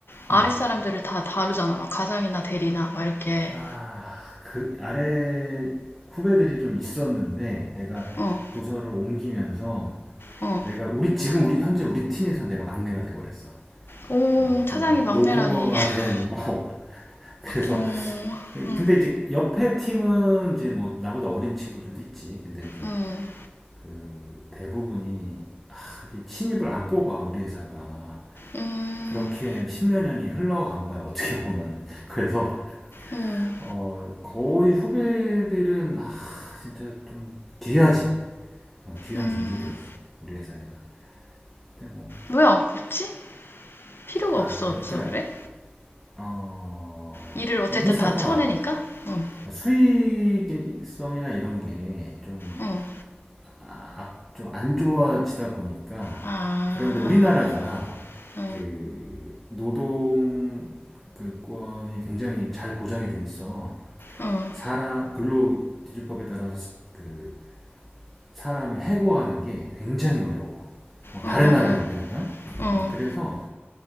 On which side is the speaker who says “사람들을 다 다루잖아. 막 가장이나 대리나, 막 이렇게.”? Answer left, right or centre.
Left